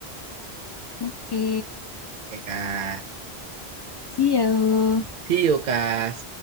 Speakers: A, on the left; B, on the right.
A: Oke.
B: Oke, Kak.
A: See you.
B: See you, Kak.